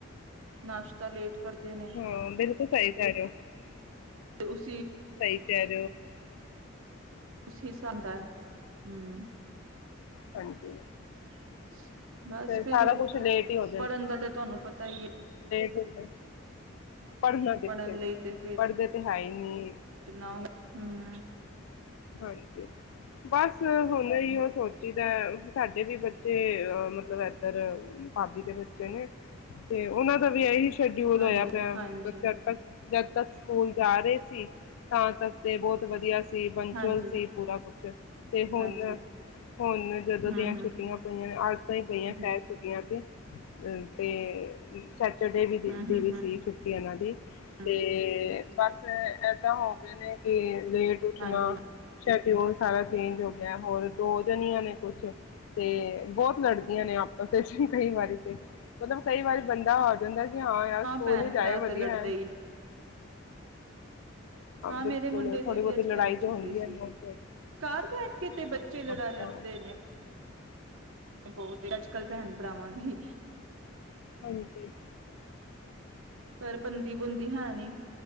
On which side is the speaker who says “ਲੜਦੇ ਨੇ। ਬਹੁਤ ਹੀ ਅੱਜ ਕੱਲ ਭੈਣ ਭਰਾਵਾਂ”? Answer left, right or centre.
Right